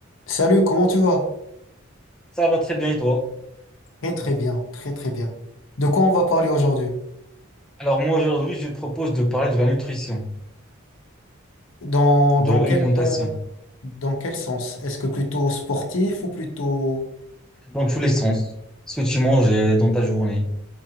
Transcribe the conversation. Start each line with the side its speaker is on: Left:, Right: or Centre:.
Left: Salut, comment tu vas?
Centre: Ça va très bien et toi?
Left: Très très bien, très très bien. De quoi on va parler aujourd'hui?
Centre: Alors moi aujourd'hui, je propose de parler de la nutrition,
Left: Dans, dans
Centre: de
Left: quel,
Centre: l'alimentation,
Left: euh, dans quel sens? Est-ce que plutôt sportif ou plutôt...
Centre: dans tous les sens. Ce que tu manges euh, dans ta journée,